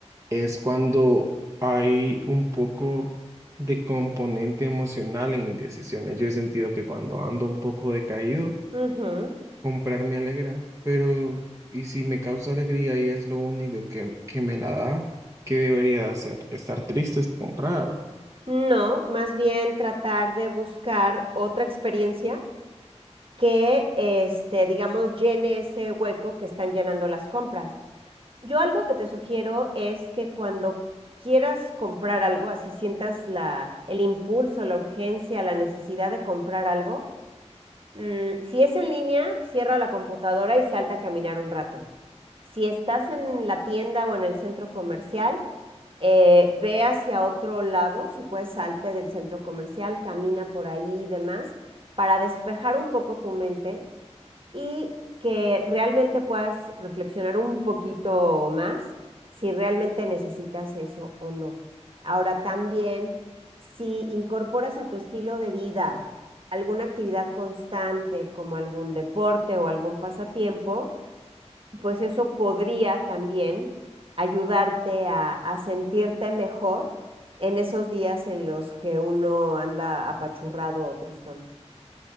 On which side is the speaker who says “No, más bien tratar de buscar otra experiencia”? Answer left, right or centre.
Right